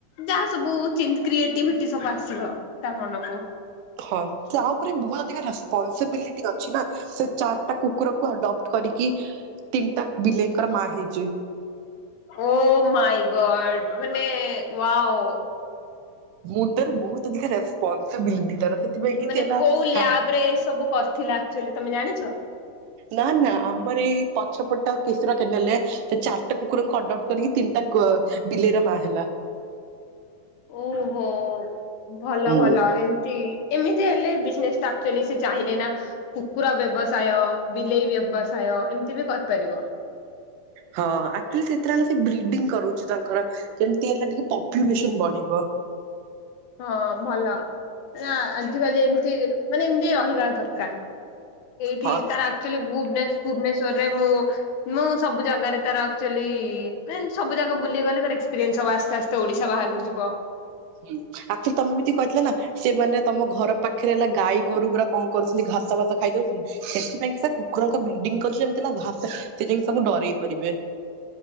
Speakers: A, on the left; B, on the right.
A: ଯାହା ସବୁ କ୍ରିଏଟିଭିଟି ସବୁ ଆସିବ ତା ମନକୁ।
B: ହଁ ତା ଉପରେ ବୁଆ ଅଧିକ ରେସ୍ପନସିବିଲିଟି ଅ ଅଛି ନା ସେ ଚାରିଟା କୁକୁରଙ୍କୁ ଆଡପ୍ଟ କରିକି ତିନିଟା ବିଲେଇଙ୍କର ମା ହେଇଚି।
A: ଓ ମାଇ ଗଡ୍ ମାନେ ୱାଉ।
B: ମୁଣ୍ଡର ବୋହୁତ ଅଧିକା ରେସପନସିବିଲିଟି ତାର ସେଥିପାଇଁ ସେ କି
A: ମାନେ
B: ହେଲା
A: କୋଉ
B: ହ୍ୟାଣ୍ଡ
A: ଲ୍ୟାବ ରେ ଏ ସବୁ କରିଥିଲା ଆକ୍ଚୁଲି ତମେ ଜାଣିଚ।
B: ନା ନା ଆମର ଏଇ ପଛପଟ କିଶର କେ ନେ ଲେ ତା ଚାରିଟା କୁକୁରଙ୍କୁ ଅଟ ଆଉଟ୍ କରିକି ତିନିଟା ବିଲେଇର ମା ହେଲା।
A: ଓହୋ ଭଲ
B: ହୁଁ
A: ଭଲ ଏମିତି ଏମିତି ହେଲେ ବିଜ୍ ନେଶ୍ ଟା ଆକକ୍ଚୁଲି ସେ ଚାହିଁଲେ ନା କୁକୁରା ବ୍ୟବସାୟ ବିଲେଇ ବ୍ୟବସାୟ ଏମିତି ବି କରିପାରିବ।
B: ହଁ ଆକକ୍ଚୁଲି ସେଥିରେ ହେଲା ସେ ବ୍ରିଡିଙ୍ଗ କରୁଛି ତାଙ୍କର କେମିତି ହେଲେ ଟିକେ ପପୁଲେସନ ବଢିବ।
A: ହଁ ଭଲ ନା ଆଜିକାଲି ଏମିତି ମାନେ ଏମିତି ରହିବା ଦରକାର୍। ଏଇଠି
B: ହଁ
A: ତାର ଆକ୍ଚୁଆଲି ଗୁବ୍ଲେସ ଭୁବନେଶ୍ଵରରେ ମୁଁ ମୁଁ ସବୁ ଜାଗାରେ ତାର ଆକ୍ଚୁଆଲି ଦେନ ସବୁ ଜାଗା ବୁଲି ଗଲେ ତାର ଏକ୍ସପିରିଏନ୍ସ ହବ ଆସ୍ତେ ଆସ୍ତେ ତ ଓଡିଶା ବାହାରକୁ ଯିବ।
B: ହୁଁ ଆକକ୍ଚୁଲି ତମେ ବି ଟିକେ କହିଥିଲ ନା ସେମାନେ ତମ ଘର ପାଖେରେ ହେଲା ଗାଈ ଗୋରୁ ଗୁୁରା କଣ କରୁଛନ୍ତି ଘାସ ଫାସ ଖାଇ ଦଉଛନ୍ତି। ସେଥିପାଇଁ କି ସେ କୁକୁରଙ୍କ ବଲ୍ଡିଙ୍ଗି କରିଛି ଯେମିତିଥିଲା ଘାସ ସେ ଯାଇି ତାକୁ ଡରେଇ ପାରିବେ।